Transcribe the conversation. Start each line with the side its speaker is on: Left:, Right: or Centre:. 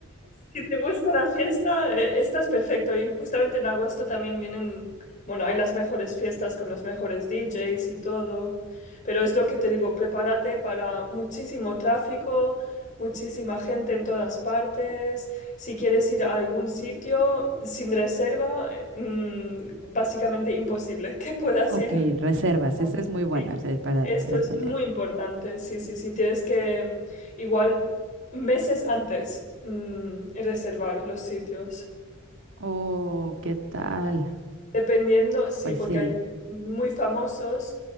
Left: Si te gusta la fiesta, eh, estás perfecto. Y justamente en agosto también vienen, bueno, hay las mejores fiestas con los mejores DJs y todo. Pero es lo que te digo, prepárate para muchísimo tráfico, muchísima gente en todas partes. Si quieres ir a algún sitio sin reserva, eh, mm, básicamente imposible <laughs> que puedas
Right: Ok,
Left: ir.
Right: reservas,
Left: Ah,
Right: esa es muy buena,
Left: sí.
Right: o sea, para,
Left: Esto
Right: para
Left: es
Right: tener.
Left: muy importante, sí, sí, sí, tienes que mm, igual meses antes mm, reservar los sitios.
Right: Oh, ¿qué tal?
Left: Dependiendo, sí,
Right: Pues
Left: porque
Right: sí.
Left: hay muy famosos